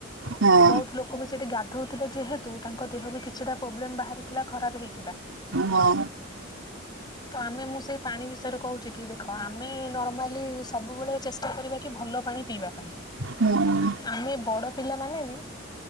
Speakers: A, on the right; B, on the left.
A: ହୁଁ
B: ବହୁତ ଲୋକ ବି ସେଠି ଗାଧଉଥିଲେ ଯେହେତୁ ତାଙ୍କ ଦେହ ବି କିଛିଟା ପ୍ରୋବ୍ଲେମ ବାହାରିଥିଲା। ଖରାପ ହେଇଥିଲା।
A: ହୁଁ
B: ତ ଆମେ ମୁଁ ସେଇ ପାଣି ବିଷୟରେ କହୁଛି କି ଦେଖ ଆମେ ନର୍ମାଲି ସବୁବେଳେ ଚେଷ୍ଟା କରିବା କି ଭଲ ପାଣି ପିଇବା।
A: ହୁଁ
B: ଆମେ ବଡ଼ ପିଲା ମାନ ବି